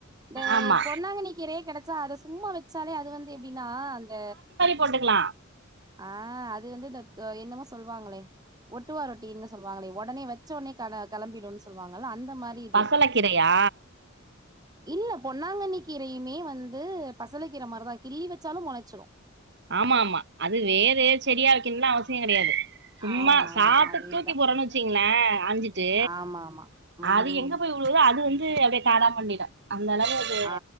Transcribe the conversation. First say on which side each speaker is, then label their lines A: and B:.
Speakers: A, on the right; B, on the right.
A: இந்த
B: ஆமா
A: பொன்னாங்கன்னி கீரய கெடைச்சா அத சும்மா வெச்சாலே அது வந்து எப்டின்னா அந்த
B: போட்டுக்லா
A: ஆ அது வந்து இந்த என்னமோ சொல்வாங்களே ஒட்டுவாரொட்டின்னு சொல்வாங்களே ஒடனே வச்ச ஒட்னே கள கெளம்பிடுன்னு சொல்லுவாங்கள அந்த மாரி இது
B: பசலக்கீரையா
A: இல்ல பொன்னாங்கண்ணி கீரையுமே வந்து பசல கீர மார்தா கிள்ளி வச்சாலும் மொளச்சிரும்
B: ஆமா ஆமா அது வேறு செடியா வைக்கண்லா அவசியோ கெடையாது சும்மா
A: ஆமா
B: சாப்ட்டு
A: ஆமா அதேதா
B: தூக்கி போறேன்னு வச்சீங்ளே அழ்ஞ்சிட்டு
A: ஆமா ஆமா ம்
B: அது எங்க போய் விழுதோ அது வந்து அப்டியே காடா மாறிடு அந்த அளவு அது
A: ஆ